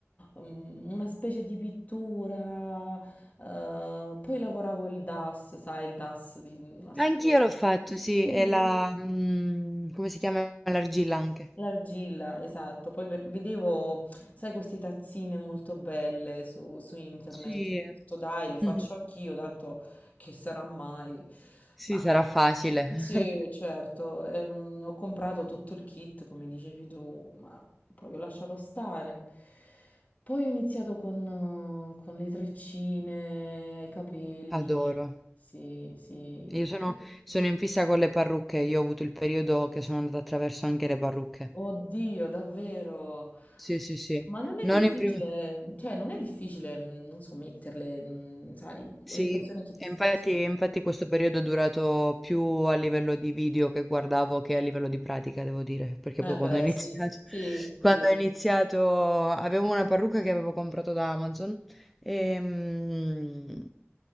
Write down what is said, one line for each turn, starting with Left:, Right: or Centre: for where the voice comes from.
Left: Mm, Una specie di pittura. eh, poi lavoravo il DAS, sai, il DAS di una scuola.
Centre: Anch'io l'ho fatto, sì,
Left: Sì,
Centre: e la... mm, come si chiama? L'argilla anche.
Left: L'argilla, esatto. Poi per- vedevo, sai, queste tazzine molto belle su, su internet.
Centre: Sì.
Left: Ho detto, Dai, lo faccio
Centre: <laughs>
Left: anch'io, tanto che sarà mai.
Centre: Sì,
Left: Ma
Centre: sarà facile.
Left: sì,
Centre: <laughs>
Left: certo, ehm, ho comprato tutto il kit, come dicevi tu, ma poi ho lasciato stare. Poi ho iniziato con, eh, con le treccine ai capelli.
Centre: Adoro.
Left: Sì, sì.
Centre: Io sono,
Left: sì.
Centre: sono in fissa con le parrucche, io ho avuto il periodo che sono andata attraverso anche le parrucche.
Left: Oddio, davvero.
Centre: Sì, sì, sì.
Left: Ma non è
Centre: Non
Left: difficile,
Centre: in prima...
Left: cioè non è difficile, mh, non so, metterle, mh, sai,
Centre: Sì,
Left: ho l'impressione che... ti-
Centre: e infatti,
Left: ti tocca.
Centre: infatti questo periodo è durato più a livello di video che guardavo che a livello di pratica, devo dire, perché
Left: Eh
Centre: poi quando
Left: beh,
Centre: ho iniziato,
Left: sì,
Centre: <laughs>
Left: sì,
Centre: quando
Left: sì,
Centre: ho iniziato avevo una parrucca che avevo comprato da Amazon e, mm,